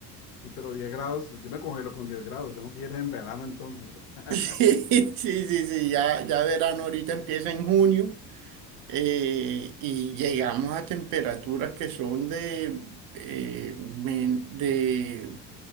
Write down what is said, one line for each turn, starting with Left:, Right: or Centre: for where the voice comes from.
Left: Sí, pero 10 grados, yo me congelo con 10 grados. Tengo que ir en verano entonces. <laughs>
Right: Sí, sí, sí, sí, ya, ya verano ahorita empieza en junio eh, y llegamos a temperaturas que son de, eh, men- de